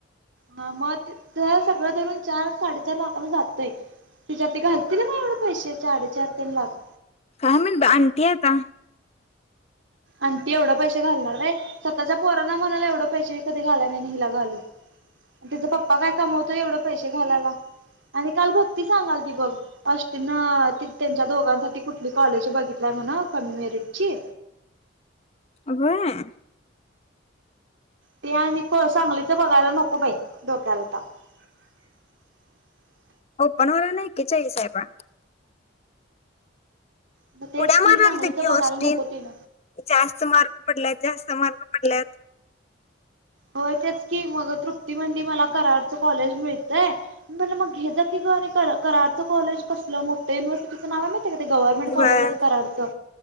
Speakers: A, on the right; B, on the left.
A: हा मग सगळं धरून चार साडेचार लाखाला जातंय तिच्यातती घालतील ना मग एवढे पैसे साडेचार त्यांन लागत
B: काय म्हणत आंटी आता
A: आण ती एवढं पैसे घालणार रे स्वतःच्या पोरांना म्हणाला एवढे पैसेी कधी घाला नाही हिला घालू तिचा पप्पा काय कमवतोय एवढं पैसे घालायला. आणि काल भक्ती सांगाल ती बघ अष्टीन त्यांच्या दोघांसाठी कुठली कॉलेज बघितलय हो ना कमी मेरीटची.
B: अगम
A: ते आणि सांगलीच बघायला नको बाई डोक्याला ताप. <inaudible>
B: हो. पनवेला नाही एकेचाळीस आहे बा.
A: मग तेच
B: उड्या
A: की
B: मारालालती
A: सांगलीच
B: की
A: बघायला
B: हॉस्टेल
A: नको तिन
B: जास्त मार्क पडले जास स मार्क पडल्यात.
A: होय. तेच की मग तृप्ती म्हनली मला कराडच कॉलेज मिळतय मी म्हनलं मग घे जा की.. आणि क कराडरचं कॉलेज कसलं मोठ युनिव्हर्सिटचं नाव आहे गव्हर्मेंट
B: हम्म
A: कॉलेज आहे कराडचं.